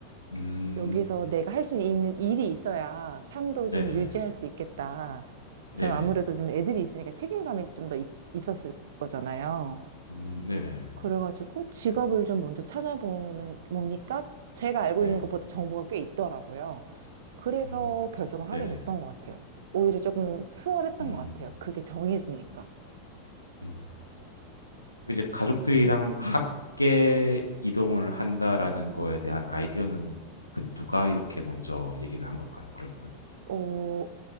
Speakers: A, on the left (about 85°); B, on the right (about 60°).
A: 음.
B: 여기서 내가 할 수 있는 일이 있어야 삶도
A: 네네.
B: 좀 유지할 수 있겠다.
A: 네네.
B: 저는 아무래도 좀 애들이 있으니까 책임감이 좀 더 있었을 거잖아요.
A: 음, 네네.
B: 그래가지고 직업을
A: 그
B: 좀 먼저 찾아보는, 보니까 제가 알고
A: 네.
B: 있는 것보다 정보가 꽤 있더라고요. 그래서
A: 음,
B: 결정을
A: 네네.
B: 하게 됐던 것 같아요. 오히려 조금 수월했던
A: 음,
B: 것 같아요. 그게 정해지니까.
A: 음. 이제 가족들이랑
B: 음.
A: 함께 이동을
B: 네.
A: 한다라는 거에 대한 아이디어는 그 누가 이렇게 먼저 얘기를 한 걸까요, 그러면은?
B: 어,